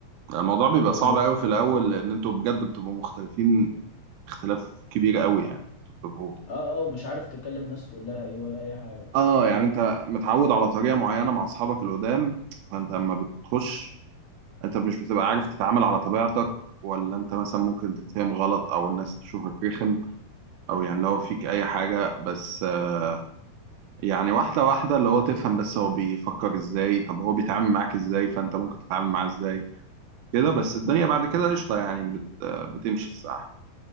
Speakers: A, on the right; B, on the left.
A: الموضوع بيبقى
B: يعني طولت
A: صعب قوي
B: في
A: في
B: الحوار
A: الأول
B: ده
A: لأن أنتوا بجد بتبقوا مختلفين اختلاف كبير قوي يعني انتوا بتبقوا
B: اه اه ومش عارف تتكلم الناس تقول لها ايه ولا أي حاجة
A: اه يعني انت متعود على طريقه معينه مع اصحابك القدام فانت لما بتخش انت مش بتبقى عارف تتعامل على طبيعتك ولا انت مثلا ممكن تتفهم غلط او الناس تشوفك رخم او يعني لو فيك اي حاجه بس آه، يعني واحده واحده اللي هو تفهم بس هو بيفكر ازاي طب هو بيتعامل معاك ازاي فانت ممكن تتعامل معاه ازاي كده بس الدنيا بعد كده قشطه يعني بت... آه، بتمشي في الساعه